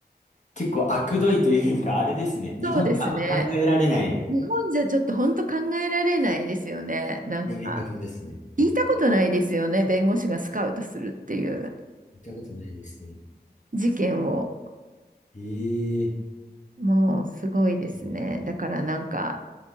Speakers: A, on the left; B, on the right.
A: 結構悪どいというか、あれですね。日本であんま考えられない
B: そうですね。日本じゃちょっと本当考えられないですよね。なんか、
A: やり方ですね。なんか
B: 聞いたことないですよね。弁護士がスカウトするっていう
A: 見たことないですね。
B: 事件を。
A: ええ
B: もうすごいですね。
A: いいですね。
B: だからなんか、